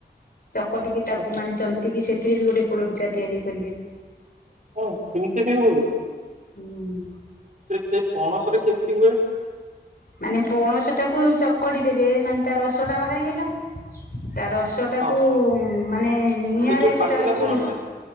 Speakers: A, on the left; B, on the right.
A: କରିକି ତାକୁ
B: ହଁ
A: ମାନେ ଜନ୍ତିକି ସେଥିରେ ବି ଗୋଟେ ପୋଡ଼ ପିଠା ତିଆରି ହେଇପାରିବେ।
B: ହଁ ସେମତି ବି ହୁଏ।
A: ହୁଁ
B: ସେ ସେ ପଣସରେ କେମିତି ହୁଏ।
A: ମାନେ ପୌଣସ ଟା। ହୁ ଚକଟି ଦେବେ ମାନେ ତା ରସ ଟା ବାହାରୀ ଗଲା ତା ରସ ସେଟାକୁ
B: ହଁ
A: ମାନେ ନିଆଁରେ
B: ସେ ଯୋଉ
A: ସେଟା
B: ପାଚିଲା
A: ଚୁଲ୍
B: ପଣସ ଟା